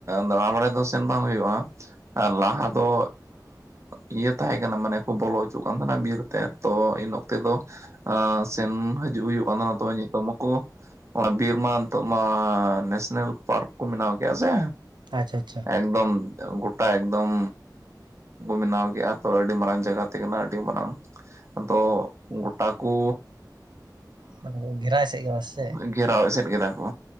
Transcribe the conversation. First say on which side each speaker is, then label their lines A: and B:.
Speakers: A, on the right (about 40°); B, on the right (about 80°).
A: ᱫᱟᱬᱟ ᱵᱟᱲᱟᱭ ᱫᱚ ᱥᱮᱱ ᱵᱟᱝ ᱦᱩᱭᱩᱜᱼᱟ ᱟᱨ ᱞᱟᱦᱟ ᱫᱚ ᱤᱭᱟᱹ ᱛᱟᱦᱮᱸ ᱠᱟᱱᱟ ᱢᱟᱱᱮ ᱠᱚ ᱵᱚᱞᱚ ᱦᱚᱪᱚᱜ ᱠᱟᱱ ᱛᱟᱦᱮᱱᱟ ᱵᱤᱨ ᱛᱚ ᱤᱱ ᱚᱠᱛ ᱫᱚ ᱥᱮᱱ ᱦᱤᱡᱩᱜ ᱦᱩᱭᱩᱜ ᱠᱟᱱ ᱛᱟᱦᱮᱱᱟ ᱛᱚ ᱱᱤᱛᱚᱜ ᱢᱟᱠᱚ ᱚᱱᱟ ᱵᱤᱨ ᱢᱟ ᱱᱤᱛᱚᱜ ᱢᱟ ᱱᱮᱥᱱᱮᱞ ᱯᱟᱨᱠ ᱠᱚ ᱵᱮᱱᱟᱣ ᱠᱮᱫᱼᱟ ᱥᱮ
B: ᱟᱪᱷᱟ ᱟᱪᱷᱟ
A: ᱮᱠᱫᱚᱢ ᱜᱳᱴᱟ ᱮᱠᱫᱚᱢ ᱵᱮᱱᱟᱣ ᱠᱮᱫᱼᱟ ᱛᱚ ᱟᱹᱰᱤ ᱢᱟᱨᱟᱝ ᱡᱟᱭᱜᱟ ᱛᱮ ᱠᱟᱱᱟ ᱟᱹᱰᱤ ᱢᱟᱨᱟᱝ ᱟᱫᱚ ᱜᱚᱴᱟ ᱠᱩ
B: ᱚ ᱜᱷᱮᱨᱟᱭ ᱥᱮᱫ ᱜᱮ ᱵᱟᱝ ᱥᱮ ᱪᱮᱫ?
A: ᱚᱸ <inaudible> ᱜᱷᱮᱨᱟᱣ ᱮᱥᱮᱫ ᱠᱮᱫᱟ ᱠᱚ